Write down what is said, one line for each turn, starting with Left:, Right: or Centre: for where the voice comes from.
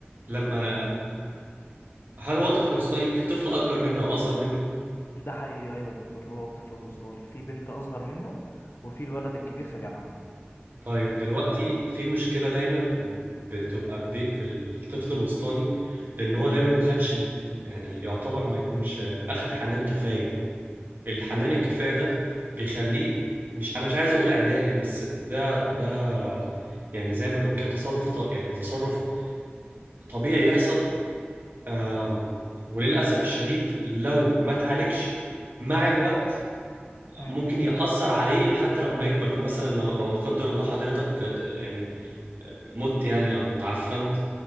Right: لما هل هو طفل وسطاني في طفل اكبر منه او اصغر منه
Left: ده حقيقي ايوه يا دكتور هو الطفل الوسطاني في بنت اصغر منه وفي الولد الكبير في جامعه
Right: طيب دلوقتي في مشكلة دايما بتبقى ب- في ال- في الطفل الوسطاني لان هو دايما ما خدش يعني يعتبر ما يكونش اخد حنان كفاية الحنان الكفايه ده بيخليه مش انا مش عايز اقول عدائي بس ده ده يعني زي ما نقول كده تصرف ط... يعني تصرف طبيعي يحصل آم... وللاسف الشديد لو ما اتعالجش مع الوقت
Left: امم
Right: ممكن يأثر عليه حتى لما يكبر فمثلا لو لو لا قدر الله حضرتك آه، يعني مت يعني او تعفنت